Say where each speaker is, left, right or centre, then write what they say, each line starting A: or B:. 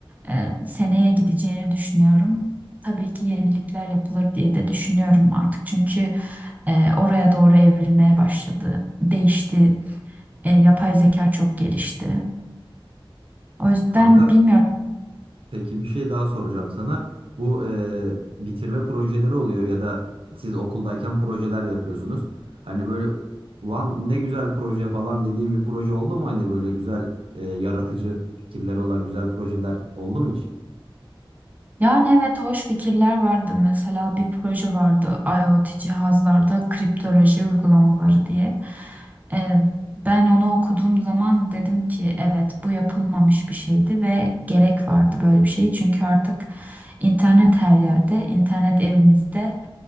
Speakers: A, on the right (about 15°); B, on the right (about 75°).
A: e, seneye gideceğini düşünüyorum. Tabii ki yenilikler yapılır diye de düşünüyorum artık çünkü e, oraya doğru evrilmeye başladı, değişti, E, yapay zeka çok gelişti. O yüzden
B: Kanka
A: bilmiyorum.
B: Peki bir şey daha soracağım sana. Bu e, bitirme projeleri oluyor ya da siz okuldayken projeler yapıyorsunuz. Hani böyle Van ne güzel proje falan dediğim bir proje oldu mu? Hani böyle güzel e, yaratıcı fikirleri olan güzel projeler oldu mu hiç?
A: Yani evet hoş fikirler vardı. Mesela bir proje vardı IoT cihazlarda kriptoloji uygulamaları diye. Ee, ben onu okuduğum zaman dedim ki evet bu yapılmamış bir şeydi ve gerek vardı böyle bir şey. Çünkü artık internet her yerde, internet evimizde